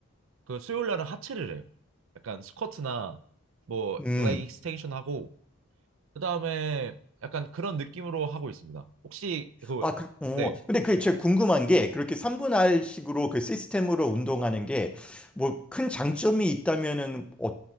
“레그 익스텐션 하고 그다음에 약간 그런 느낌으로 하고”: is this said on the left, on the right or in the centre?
Right